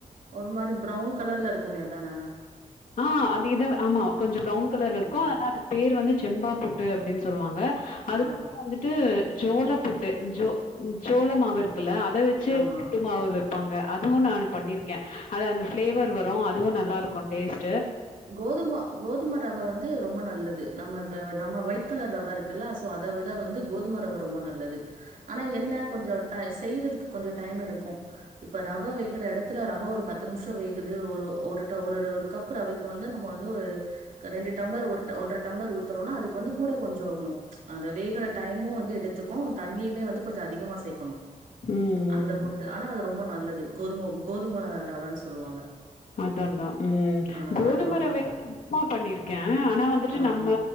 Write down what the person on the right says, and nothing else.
ஒரு மாரி ப்ரௌன் கலர்ல இருக்குமே அதான
ம்
ஆ
ஆமா.
கோதுமா கோதும ரவ வந்து ரொம்ப நல்லது நம்ம இப்ப நம்ம ஒயிட் கலர் ரவ இருக்குல்ல க்கு அத விட வந்து கோதும ரவ ரொம்ப நல்லது ஆனா என்ன கொஞ்சோ ஆ செய்றதுக்கு கொஞ்ச டைம் எடுக்கும் இப்ப ரவ வேகுற எடத் த்துல ரவ ஒரு பத்து நிமிஷோ வேகுது ஒரு ஒரு ஒரு கப்பு ரவைக் இப்ப வந்து நம்ப வந்து ஒரு ரெண்டு டம்ளர் ஒரு ஒன்ற டம்ளர் ஊத்துரோனா அதுக்கு வந்து கூட கொஞ்சோ இருக்கணு அந்த வேகுற டைமு வந்து எடுத்துக்கு தண்ணியுமே வந்து கொஞ்ச அதிகமா சேக்கணும்
அந்த
புட்டு ஆனா அது ரொம்ப நல்லது கோதும கோதும ரவன்னு சொல்லுவாங்க
ஆ
அது ரொம்ப
நல்லது.
ஆ
ஆனா